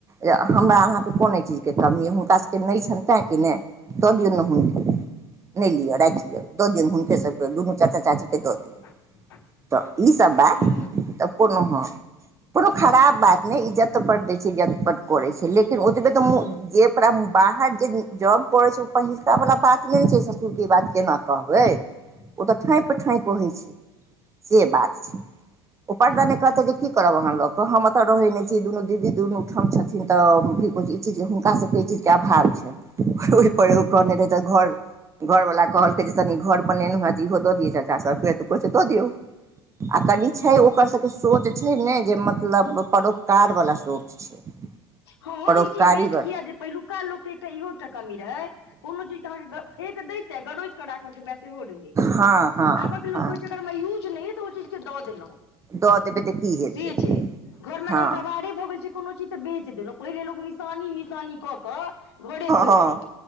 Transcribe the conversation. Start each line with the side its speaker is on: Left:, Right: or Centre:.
Right: जे हमरा अहाँके कोन यै चीजके कमी अइ हुनकास सबके नै छनि तैँ कि ने दऽ दियौ ने हुनका नै लियअ राखि लियअ दऽ दियौ हुनके सबके दुनू चाचा चाचीके दऽ दियौ
Left: <inaudible>
Right: तऽ बात
Left: हूं हूं
Right: तऽ कोनो हँ कोनो खराब बात नै इज्जत बड दै छै इज्जत त करै छै लेकिन ओतबे तऽ मु जेकरा बाहर जे जॉब करै छै ओ पहिलका बला बात नै ने छै ससुरके ई बात केना कहबै
Left: ह
Right: ओ तऽ ठाँप ठाँक है छै से बात
Left: ह
Right: छै
Left: <unintelligible>
Right: ओ पर्टदने कहतौ जे की करब अहाँ लऽ क हम एतऽ रहै नै छी दुनू दीदी दुनू ठाम छथिन तऽ ओ चीज हुनका सबके ई चीजके अभाव छनि ओहि पर एगो करने रहै तऽ घर घरवाला कहलकै जे तनी घर बनेलहु हँ त इहो दऽ दियचाचा सब के त कहै छै दऽ दियौ आ कनि छै ओकर सबके सोच छै ने जे मतलब परोपकार वला सोच छै
Left: हँ
Right: परोपकारी
Left: जे चीज वेस्ट
Right: ब
Left: कीया जे पहिलू पहिलुक्का लाेकके एकटा इहोटा कमी रहे कोनो चीज के अहं के देते गरोज के राख के बस
Right: हँ हँ
Left: आबक लोक
Right: हँ
Left: छैय अग यूज नहि तऽ ओ चीजके दऽ देलहुँ।
Right: द देब त की। हेतै
Left: से छैय घरमे
Right: हँ
Left: अगर कबारे भऽ गेल छैय कोनो चीज तऽ बेच देलहुँ पहिले लोक निशानी निशानी कऽ कऽ घरे भरि
Right: हँ